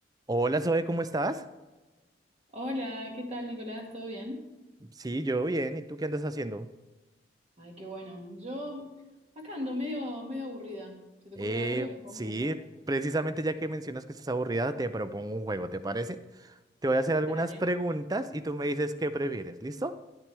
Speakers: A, on the right; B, on the right.
A: Hola Zoe, ¿cómo estás?
B: Hola, ¿qué tal, Nicolás? ¿Todo bien?
A: Sí, yo bien. ¿Y tú qué andas haciendo?
B: Ay, qué bueno. Yo acá ando medio, medio aburrida. ¿Se te
A: Eh,
B: ocurre algo que podemos
A: sí,
B: hacer?
A: precisamente ya que mencionas que estás aburrida, te propongo un juego, ¿te parece? Te voy a hacer algunas
B: Dale.
A: preguntas y tú me dices qué prefieres, ¿listo?